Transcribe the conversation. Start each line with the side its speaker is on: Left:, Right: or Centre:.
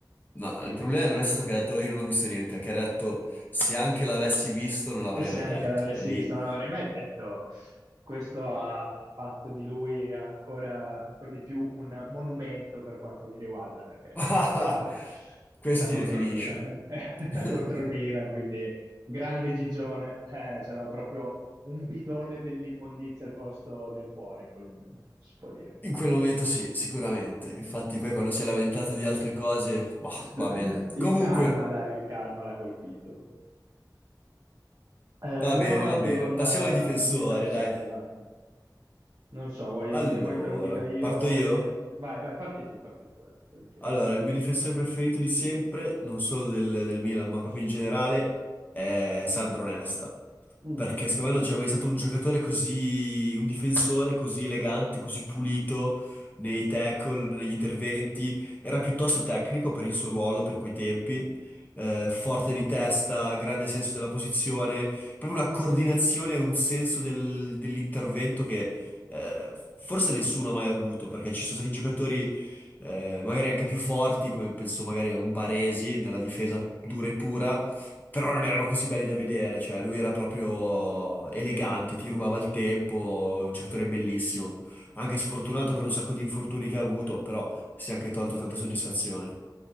Left: No,
Right: E
Left: il problema non è stato che ha detto io non ho visto niente, è che ha detto se anche l'avessi visto non l'avrei
Right: se
Left: mai
Right: anche
Left: detto.
Right: l'avessi
Left: E lì...
Right: visto, non l'avrei mai detto. Questo ha, ha fatto di lui ancora, ancora di più un monumento per quanto mi riguarda, perché
Left: <laughs>
Right: giustamente
Left: Questo
Right: era
Left: ti
Right: contro
Left: definisce.
Right: il Milan, eh. <laughs> Era
Left: <laughs>
Right: contro il Milan, quindi grande Gigione, eh, c'aveva proprio un bidone dell'immondizia al posto del cuore in quel momento, si può dire.
Left: In quel momento sì, sicuramente. Infatti poi quando si è lamentato di altre cose, boh,
Right: <laughs>
Left: va bene.
Right: Il
Left: Comunque,
Right: karma, dai, il karma l'ha colpito. Eh, andiamo
Left: va bene,
Right: avanti
Left: va bene.
Right: con
Left: Passiamo
Right: eh,
Left: ai difensori,
Right: i difensori,
Left: dai.
Right: vai. Non so, vuoi,
Left: Allora,
Right: vuoi che lo dica io?
Left: parto
Right: Vuoi...
Left: io?
Right: Vai, vai, parti tu, parti tu, eh, volentieri.
Left: Allora, il mio difensore preferito di sempre, non solo del, del Milan, ma proprio in generale, è Sandro Nesta.
Right: Mm.
Left: Perché secondo me non c'è mai stato un giocatore così, un difensore così elegante, così pulito nei tackle, negli interventi. Era piuttosto tecnico per il suo ruolo, per quei tempi. Eh, forte di testa, grande senso della posizione, proprio una coordinazione e un senso del- dell'intervento che eh, forse nessuno ha mai avuto, perché ci sono stati giocatori eh, magari anche più forti, come penso magari a un Baresi nella difesa dura e pura però non erano così belli da vedere, cioè lui era proprio elegante, ti rubava il tempo, un giocatore bellissimo. Anche sfortunato per un sacco di infortuni che ha avuto, però si è anche tolto tante soddisfazioni.